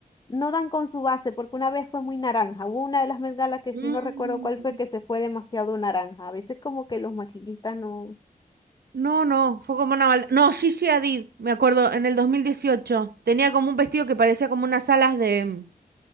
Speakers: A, on the left; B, on the right.
A: no dan con su base, porque una vez fue muy naranja. Hubo una de las bengalas que
B: Mm,
A: sí no recuerdo cuál fue, que se fue demasiado naranja. A veces como que los maquillistas no
B: no, no, fue como una maldad. No, Gigi Hadid, me acuerdo, en el 2018. Tenía como un vestido que parecía como unas alas de...